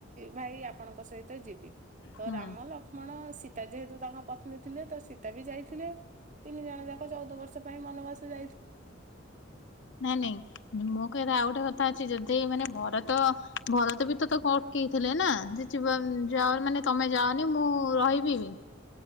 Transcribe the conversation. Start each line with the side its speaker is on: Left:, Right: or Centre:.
Right: ଭାଇ ଆପଣଙ୍କ ସହିତ ଯିବି ତ
Left: ହୁଁ
Right: ରାମ ଲକ୍ କ୍ଷ୍ମଣ ସୀତା ଯେହେତୁ ତାଙ୍କ ପତ୍ନୀ ଥିଲେ ତ ସୀତା ବି ଯାଇଥିଲେ, ତିନି ଜଣ ଯାକ ଚଉଦ ବର୍ଷ ପାଇଁ ବନବାସ ଯା
Left: ନା ନାଇଁ ମୋ କହିବାର ଆଉ ଗୋଟେ କଥା ଅଛି ଯଦି ମାନେ ଭରତ ଭରତ ବି ତ ତାକୁ ଅଟ କି ଥିଲେ ନା ଯେ ଯିବା ଯାଅ ମାନେ ତୋମେ ଯାଅନି ମୁଁ ରହିବି ବି।